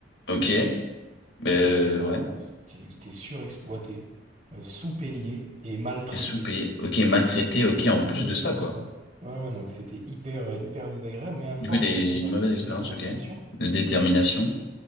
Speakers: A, on the left; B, on the right.
A: Ok. Euh,
B: Donc, euh, voilà,
A: ouais.
B: j'étais j'étais surexploité, euh, sous-payé et maltraité.
A: T'es soupé. Ok, maltraité. Ok, en
B: Donc,
A: plus
B: euh,
A: de ça
B: tout
A: quoi.
B: ça. Ouais, ouais, donc c'était hyper, hyper désagréable. Mais à force
A: Du coup, t'as eu
B: de, déter-
A: une mauvaise
B: de
A: expérience.
B: détermination,
A: Ok. De détermination.